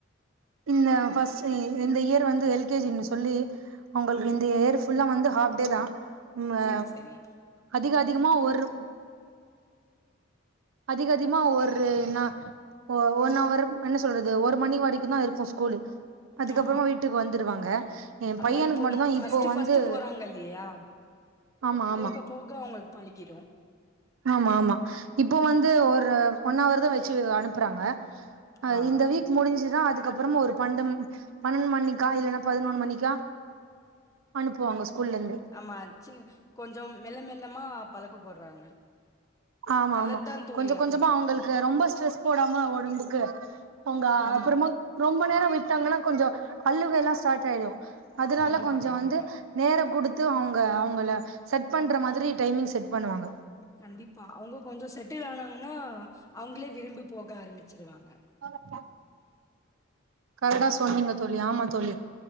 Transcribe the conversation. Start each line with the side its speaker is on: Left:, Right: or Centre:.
Right: இந்த ஃபஸ்ட் இந்த இயர் வந்து எல் கே ஜி ன்னு சொல்லி அவங்களுக்கு இந்த இயர் ஃபுல்லா வந்து அப்டேதா ம் அ
Left: சரி சரி.
Right: அதிக அதிகமா ஒரு அதிக அதிகமா ஒரு என்ன ஒ ஒன் அஹவர் என்ன சொல்றது ஒரு மணி வரைக்குந்தா இருக்கும் ஸ்கூல அதுக்கப்புறமா
Left: ஆ
Right: வீட்டுக்கு வந்துடுவாங்க எ
Left: ஆமா
Right: பையனுக்கு
Left: இப்போ
Right: மட்டுந்தா
Left: ஃபர்ஸ்ட்டு
Right: இப்போ வந்து
Left: ஃபர்ஸ்ட்டு போறாங்க இல்லையா?
Right: ஆமா ஆமா
Left: போக போக அவங்களுக் பழகிடு
Right: ஆமா ஆமா இப்ப வந்து ஒரு ஒன் ஹவர் தான் வச்சு அனுப்புறாங்க அது
Left: ஆ.
Right: இந்த வீக் முடிஞ்சுதான் அதுக்கப்புறமா ஒரு பன்ன பன்னெண்டு மணிக்கா இல்லைன்னா பதினொன்னு மணிக்கா அனுப்புவாங்க ஸ்கூல்லந்து
Left: ஆமா சி கொஞ்சம் மெல்ல மெல்லமா பழக்க போடுறாங்க
Right: ஆமா
Left: நல்லதுதான்
Right: ஆமா
Left: தோழி
Right: கொஞ்சம் கொஞ்சமா
Left: அதுவும்.
Right: அவங்களுக்கு ரொம்ப ஸ்ட்ரெஸ் போடாம உடம்புக்கு அவங்க
Left: ஆமா.
Right: அப்பறமா ரொம்ப நேரோ விட்டாங்கன்னா கொஞ்சோ அழுகைல்லா ஸ்டார்ட் ஆயிடு அதனால
Left: கண்டிப்பா,
Right: கொஞ்சோ
Left: கண்டிப்பா,
Right: வந்து நேரோ குடுத் த்து அவங்க அவங்கள செட் பண்ற மாதிரி டைமிங் செட் பண்ணுவாங்க
Left: கண்டிப்பா அவங்க கொஞ்சொ செட்டில் ஆனாங்கன்னா அவங்களே விரும்பி போக ஆரம்பிச்சிருவாங்க
Right: <unintelligible> கரக்டா சொன்னீங்க தோழி ஆமா தோழி